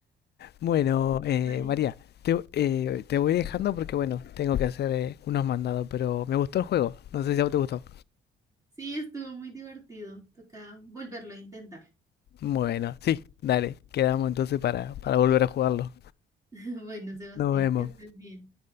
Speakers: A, on the left; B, on the right.
A: Bueno, eh,
B: Válido.
A: María, te, eh, te voy dejando porque, bueno, tengo que hacer eh, unos mandados, pero me gustó el juego. No sé si a vos te gustó.
B: Sí, estuvo muy divertido. Toca volverlo a intentar.
A: Bueno, sí, dale, quedamos entonces para, para volver a jugarlo.
B: <laughs> Bueno, Sebastián,
A: Nos vemos.
B: que estés bien.